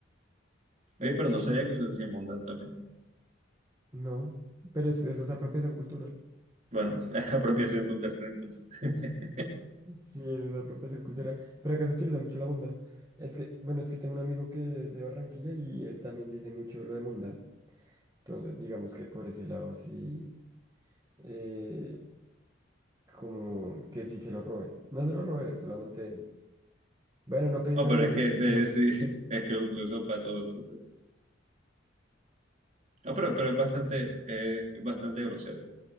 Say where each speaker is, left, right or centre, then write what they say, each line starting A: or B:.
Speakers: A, on the right; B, on the right.
A: Oye,
B: Mm,
A: pero no sabía
B: mm,
A: que se decía mondad también.
B: No, pero es- eso es apropiación cultural.
A: Bueno, <laughs> es apropiación cultural entonces. <laughs>
B: Sí, eso es apropiación cultural. Pero acá se utiliza mucho la monda. Es que, bueno, es que tengo un amigo que es de Barranquilla y él también dice mucho lo de monda. Entonces, digamos que por ese lado sí, eh, como que sí se lo robé. No se lo robé, solamente, bueno, no pedí
A: Ah,
B: permiso
A: pero es que
B: y que,
A: eh,
B: <laughs> no.
A: sí, <laughs> es que lo, lo uso para todo. entonces. Ah, pero, pero es bastante, eh, es bastante grosero,